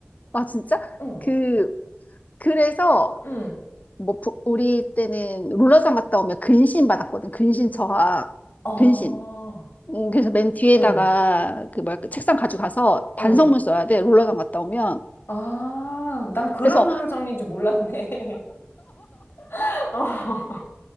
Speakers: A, on the left; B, on the left.
A: 아 진짜
B: 어,
A: 그 그래서
B: 응.
A: 뭐 부- 우리 때는 롤러장 갔다 오면 근신 받았거든 근신 저하
B: 아,
A: 근신 음, 그래서 맨 뒤에다가
B: 응,
A: 그 뭐야 그 책상 가져가서 반성문
B: 응.
A: 써야 돼 롤러장 갔다 오면
B: 아, 난 그런
A: 그래서
B: 룰 정리인지 몰랐네. <laughs>